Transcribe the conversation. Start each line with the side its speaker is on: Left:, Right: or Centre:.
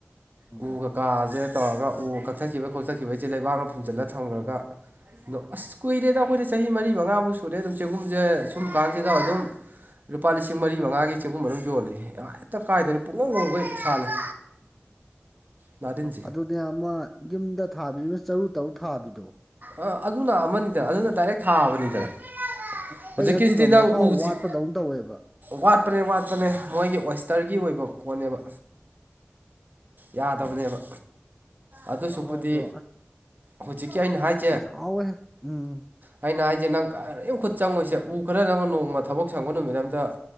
Centre: ꯎꯝ
Right: ꯎꯒ
Centre: ꯎꯝ
Right: ꯀꯥꯁꯦ ꯇꯧꯔꯒ ꯎ ꯀꯛꯊꯠꯈꯤꯕ ꯈꯣꯠꯆꯠꯈꯤꯕ ꯑꯩꯁꯦ ꯂꯩꯕꯥꯛꯅ ꯐꯨꯝꯖꯤꯜꯂ ꯊꯝꯈ꯭ꯔꯒ ꯑꯗꯣ ꯑꯁ ꯀꯨꯏꯔꯦꯗ ꯑꯩꯈꯣꯏꯅ ꯆꯍꯤ ꯃꯔꯤ ꯃꯉꯥꯃꯥꯎ ꯁꯨꯔꯦ ꯑꯗꯨꯝ ꯆꯦꯒꯨꯝꯁꯦ ꯁꯨꯝ ꯀꯥꯟꯁꯤꯗ ꯑꯗꯨꯝ ꯂꯨꯄꯥ ꯂꯤꯁꯤꯡ ꯃꯔꯤ ꯃꯉꯥꯒꯤ ꯆꯦꯡꯒꯨꯝ ꯃꯔꯔꯝ ꯌꯣꯜꯂꯦ ꯍꯦꯛꯇ ꯀꯥꯏꯗꯅ ꯄꯨꯡꯍꯈꯈꯣꯏ ꯁꯥꯜꯂꯤꯦ ꯅꯥꯗꯤꯟꯁꯦ
Centre: ꯑꯗꯨꯅꯦ ꯑꯃ ꯌꯨꯝꯗ ꯊꯥꯕꯤꯔꯤꯕꯅ ꯆꯔꯨ ꯇꯔꯨꯛ ꯊꯥꯕꯤꯗꯣ
Right: ꯑ ꯑꯗꯨꯅ ꯑꯃꯅꯤꯗꯅ ꯑꯗꯨꯅ ꯗꯥꯏꯔꯦꯛ ꯊꯥꯕꯅꯤꯗꯅ
Centre: ꯎꯝ
Right: ꯍꯧꯖꯤꯛꯀꯤꯁꯤꯗꯤ
Centre: ꯑꯩ ꯑꯗꯨꯗꯣ
Right: ꯅꯪ
Centre: ꯃꯍꯥꯎ
Right: ꯎꯁꯤ
Centre: ꯋꯥꯠꯄꯗꯧꯅ ꯇꯧꯋꯦꯕ
Right: ꯋꯥꯠꯄꯅꯦ ꯋꯥꯠꯄꯅꯦ ꯃꯣꯏꯒꯤ ꯋꯦꯁꯇꯔꯒꯤ ꯑꯣꯏꯕ ꯀꯣꯅꯦꯕ ꯌꯥꯗꯕꯅꯦꯕ ꯑꯗꯨꯁꯨꯄꯨꯗꯤ
Centre: ꯃꯍꯥꯎꯗꯣ
Right: ꯍꯧꯖꯤꯛꯀꯤ ꯑꯩꯅ ꯍꯥꯏꯖꯦ
Centre: ꯍꯑꯣꯦ ꯎꯝ
Right: ꯍꯥꯏꯩꯅ ꯍꯥꯏꯁꯦ ꯅꯪ ꯀ ꯈꯨꯠ ꯆꯪꯉꯣꯏꯁꯦ ꯎ ꯈꯔ ꯅꯪꯅ ꯅꯣꯡꯃ ꯊꯕꯛ ꯁꯪꯕ ꯅꯨꯃꯤꯠ ꯑꯝꯇ